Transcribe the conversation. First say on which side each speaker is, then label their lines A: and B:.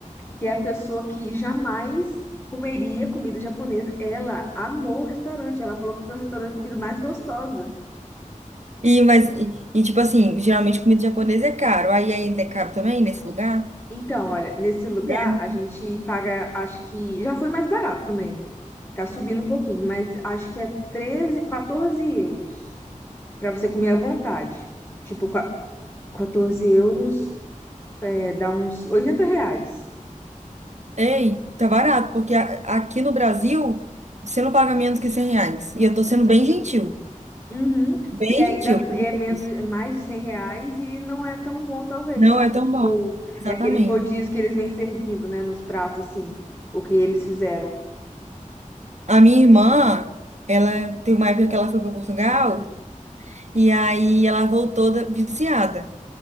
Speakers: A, on the left (about 15°); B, on the right (about 60°).
A: que é a pessoa que jamais comeria comida japonesa. Ela amou o restaurante, ela falou que foi o restaurante de comida mais gostosa.
B: E, mas, e, e, tipo assim, geralmente comida japonesa é caro. Aí ainda é caro também, nesse lugar?
A: Então, olha, nesse lugar
B: É.
A: a gente paga, acho que já foi mais barato também, né? Tá subindo um pouquinho, mas acho que é 13, 14 euros pra você comer à vontade. Tipo, qua- 14 euros é, dá uns 80 reais.
B: Ei, tá barato, porque a- aqui no Brasil, você não paga menos que 100 reais. E eu tô sendo bem gentil,
A: Uhum.
B: bem
A: E ainda
B: gentil. por
A: é
B: conta
A: menos,
B: disso.
A: é mais de 100 reais e não é tão bom, talvez,
B: Não
A: sabe?
B: é tão
A: Tipo,
B: bom, exatamente.
A: é aqueles rodízios que eles vêm servindo, né, nos pratos, assim, o que eles fizeram.
B: A minha irmã, ela tem uma época que ela foi para Portugal, e aí ela voltou da- viciada.